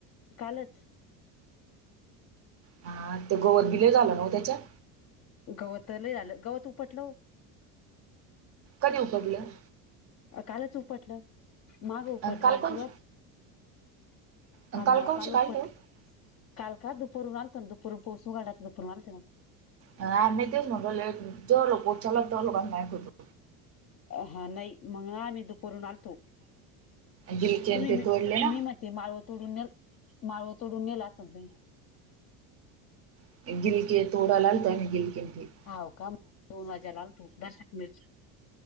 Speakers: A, on the left; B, on the right.
A: कालच
B: हा ते गवत भी लय झालं ना ओ त्याच्यात.
A: गवतलय झालं गवत उपटलं ओ.
B: कधी उतरलं?
A: अ कालच उपटलं माग उपटलं
B: आणि काल
A: एक
B: कौश
A: दिवस
B: आणि
A: अन
B: कौश
A: काल उपट
B: काय ठेव
A: काल का दुपरून आलतो ना दुपर पाोस उघाडयच दुपरून आलतो ना
B: ह्ही तेच म्हट जो लोक उचालत त्याो लोकांनाक होतो
A: हां नाही मग आम्ही दुपारून आलतो.
B: गिलकेन
A: तुम्ही
B: ते
A: मी
B: तोडले ना
A: मी माहिती माळव तोडून ने माळव तोडून नेहला असल तुम्ही
B: <unintelligible>
A: हव का दोन वाज्यालाल तू दर्शक मिर्च